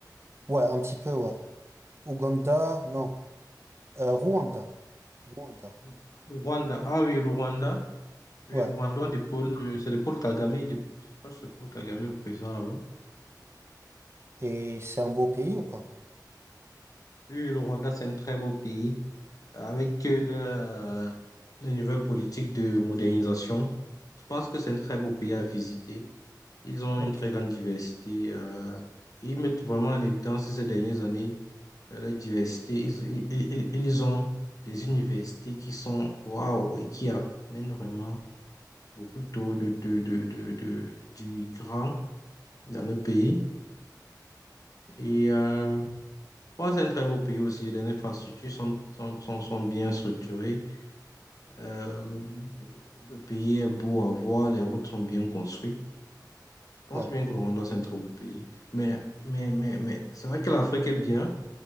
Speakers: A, on the right; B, on the left.
A: Ouais, un petit peu, ouais. Ouganda, non. Euh, Rwanda. Rwanda.
B: le Rwanda. Ah oui, le Rwanda. Oui,
A: Ouais.
B: le Rwanda de Paul, euh, c'est le Paul Kagame. de- je crois que c'est Paul Kagame, le président là-bas.
A: Et c'est un beau pays ou pas?
B: Oui, le Rwanda, c'est un très beau pays avec euh, le, euh, les nouvelles politiques de modernisation. Je pense que c'est un très beau pays à visiter. Ils ont
A: Ok.
B: une très grande diversité. euh, ils mettent vraiment en évidence ces dernières années euh, la diversité. Ils, ils, ils- ils ont des universités qui sont waouh et qui amènent vraiment beaucoup taux de, de, de, de, de- d'immigrants dans le pays. Et euh, bon, c'est un très beau pays aussi. Les infrastructures sont, sont, sont, sont bien structurées. Euh, le pays est beau à voir, les routes sont bien construites. Je pense
A: Ouais.
B: bien que le Rwanda, c'est un très beau pays. Mais, mais, mais, mais c'est vrai que l'Afrique est bien,